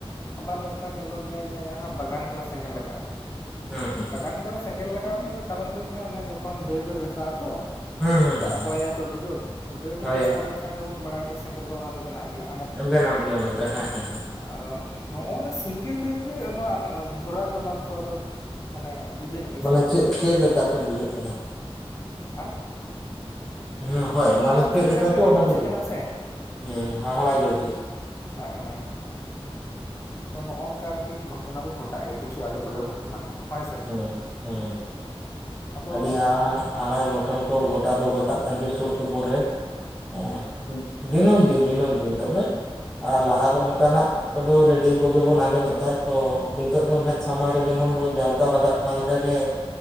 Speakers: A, on the left; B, in the centre.
A: ᱟᱵᱟᱨ ᱱᱚᱝᱠᱟ ᱧᱮᱞᱚᱜ ᱜᱮᱭᱟ ᱡᱮ ᱡᱟᱦᱟᱸ ᱵᱟᱜᱟᱱ ᱠᱚᱨᱮ ᱥᱮᱸᱜᱮᱞ ᱞᱟᱜᱟᱜ-ᱟ
B: ᱦᱩᱸ ᱦᱩᱸ
A: ᱵᱟᱜᱟᱱ ᱠᱚᱨᱮ ᱥᱮᱸᱜᱮᱞ ᱞᱟᱜᱟᱣ ᱨᱮᱱᱟᱜ ᱠᱟᱨᱚᱱ ᱫᱚ ᱦᱩᱭᱩᱜ ᱠᱟᱱᱟ ᱚᱱᱮ ᱡᱚᱠᱷᱚᱱ ᱰᱟᱹᱨ ᱰᱟᱹᱨ ᱜᱷᱟᱥᱟᱜ ᱟᱛᱚ
B: ᱦᱩᱸ ᱦᱩᱸ
A: ᱫᱟᱜ ᱦᱚᱭᱟᱭ
B: ᱦᱩᱸ
A: ᱛᱚ ᱟᱹᱰᱤ ᱡᱳᱨ ᱛᱚ ᱰᱟᱹᱨ ᱰᱟᱹᱨ
B: ᱦᱳᱭ
A: ᱜᱷᱟᱥᱟᱣ ᱞᱮᱱᱠᱷᱟᱡ ᱫᱚᱵᱚᱱ ᱵᱟᱲᱟᱭ ᱜᱮᱭᱟ ᱥᱮᱸᱜᱮᱞ ᱫᱚ ᱚᱱᱟ ᱫᱚ ᱵᱮᱱᱟᱜ ᱜᱮᱭᱟ᱾
B: ᱵᱮᱱᱟᱣᱜ ᱜᱮᱭᱟ ᱚᱱᱟ ᱫᱚ ᱦᱮᱸ ᱦᱮᱸ ᱦᱮᱸ
A: ᱟᱫᱚ ᱱᱚᱜ-ᱚ ᱱᱟ ᱥᱤᱝᱜᱮᱞ ᱫᱟᱹᱨᱤ ᱨᱮ ᱱᱚᱣᱟ ᱫᱷᱚᱨᱟᱣ ᱫᱚ ᱱᱚᱣᱟ ᱫᱚ ᱛᱷᱚᱲᱟ ᱫᱚ ᱢᱟᱱᱮ ᱡᱩᱫᱟᱹ ᱧᱚᱜ ᱜᱮᱥᱮ
B: ᱢᱟᱱᱮ ᱪᱮᱫ ᱪᱮᱫ ᱞᱮᱠᱟ ᱪᱚ ᱵᱩᱡᱷᱟᱹᱜ ᱠᱟᱱᱟ
A: ᱦᱮᱸ
B: ᱦᱩᱸ ᱦᱳᱭ ᱢᱟᱱᱮ
A: ᱱᱚᱜᱼᱚᱭ
B: ᱪᱮᱜ
A: ᱪᱮᱫ
B: ᱞᱮᱠᱟ
A: ᱡᱮ ᱢᱤᱫᱴᱮᱱ
B: ᱪᱚ ᱚᱱᱟ ᱫᱚ ᱵᱩᱡᱷᱟᱹᱜ
A: ᱠᱟᱱᱟ ᱥᱮ
B: ᱦᱩᱸ ᱦᱟᱦᱟᱲᱟ ᱜᱮ ᱵᱩᱡᱷᱟᱹᱜ ᱠᱟᱱᱟ᱾
A: ᱦᱚᱭ ᱦᱚᱭ ᱛᱚ ᱱᱚᱜ-ᱚᱝ ᱠᱟ ᱟᱨᱠᱤ ᱜᱷᱚᱴᱱᱟ ᱠᱚ ᱜᱚᱴᱟᱜ ᱜᱮᱭᱟ ᱠᱤᱪᱷᱩ ᱟᱡᱚᱵ ᱟᱡᱚᱰ ᱜᱷᱟᱴᱚᱱᱟ ᱠᱚ᱾ ᱦᱳᱭ ᱥᱮ
B: ᱦᱩᱸ ᱦᱳᱭ
A: ᱟᱫᱚ
B: ᱟᱹᱰᱤ ᱦᱟᱦᱟᱲᱟᱜ ᱦᱟᱲᱟ ᱜᱷᱚᱴᱚᱱ ᱠᱚ ᱜᱚᱴᱟ ᱫᱚ ᱜᱚᱴᱟᱜ ᱠᱟᱱ ᱜᱮᱭᱟ ᱥᱩᱨ ᱥᱩᱯᱩᱨ ᱨᱮ, ᱮᱸ
A: ᱦᱩᱸ
B: ᱫᱤᱱᱚᱢ ᱫᱤᱱ ᱫᱤᱱᱚᱢ ᱫᱤᱱ, ᱛᱚᱵᱮ ᱟᱨ ᱞᱟᱦᱟ ᱫᱚ ᱚᱱᱠᱟ ᱱᱟᱜ ᱠᱚᱫᱚ ᱨᱮᱰᱤᱭᱳ ᱠᱚᱜᱮ ᱵᱚᱱ ᱟᱸᱡᱚᱢᱮᱫ ᱛᱟᱦᱮᱸᱫ, ᱛᱚ ᱱᱤᱛᱚᱜ ᱫᱚ ᱢᱮᱫ ᱥᱟᱢᱟᱝ ᱨᱮ ᱡᱮᱢᱚᱱ ᱵᱚᱱ ᱡᱷᱟᱞᱠᱟᱣ ᱨᱟᱠᱟᱵ ᱠᱟᱱ ᱞᱮᱠᱟ ᱜᱮ